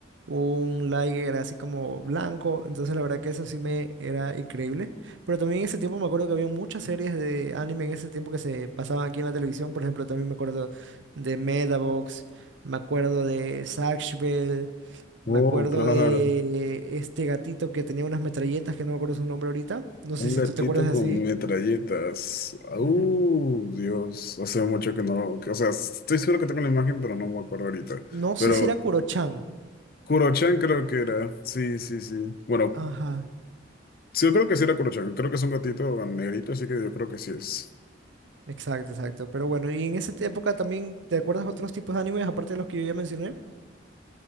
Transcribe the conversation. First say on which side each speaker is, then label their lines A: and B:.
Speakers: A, on the right (about 75°); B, on the left (about 50°).
A: un Liger así como blanco. Entonces la verdad que eso sí me era increíble. Pero también en ese tiempo me acuerdo que había muchas series de anime en ese tiempo que se pasaban aquí en la televisión. Por ejemplo, también me acuerdo de Medabox, me acuerdo de Zatch Bell, me
B: Oh,
A: acuerdo
B: claro.
A: de este gatito que tenía unas metralletas que no me acuerdo su nombre ahorita. No sé
B: Un
A: si
B: gatito
A: tú te acuerdas así.
B: con metralletas. Uh,
A: Ujú.
B: Dios, hace mucho que no. que- O sea, estoy seguro que tengo la imagen, pero no me acuerdo ahorita.
A: No sé
B: Pero
A: si era Kurochan.
B: Kurochan creo que era. Sí, sí, sí. Bueno,
A: Ajá,
B: sí, yo creo que sí era Kurochan. Creo que es un gatito negrito, así que yo creo que sí es.
A: exacto, exacto. Pero bueno, y en esa te- época también, ¿te acuerdas otros tipos de animes aparte de los que yo ya mencioné?